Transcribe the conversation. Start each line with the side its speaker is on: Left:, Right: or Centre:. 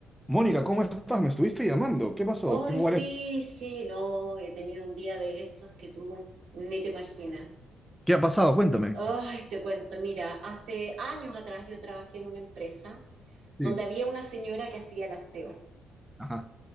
Centre: Mónica, ¿cómo estás? Me estuviste llamando. ¿Qué pasó?
Right: Hoy
Centre: Tengo
Right: sí,
Centre: varias...
Right: sí, no, he tenido un día de esos que tú ni te imaginas.
Centre: ¿Qué ha pasado? Cuéntame.
Right: Ay, te cuento, mira, hace años atrás yo trabajé en una empresa
Centre: Sí,
Right: donde había una señora que hacía el aseo.
Centre: ajá,